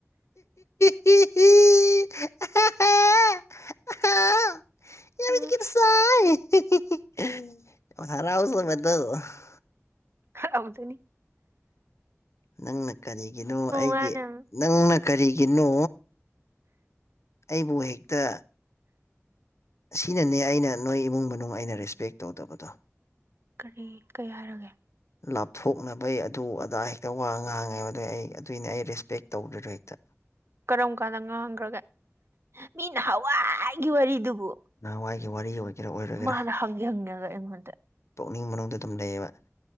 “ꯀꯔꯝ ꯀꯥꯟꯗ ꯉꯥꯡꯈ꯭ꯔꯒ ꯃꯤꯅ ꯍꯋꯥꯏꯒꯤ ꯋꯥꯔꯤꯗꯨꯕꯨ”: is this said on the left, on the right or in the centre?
Right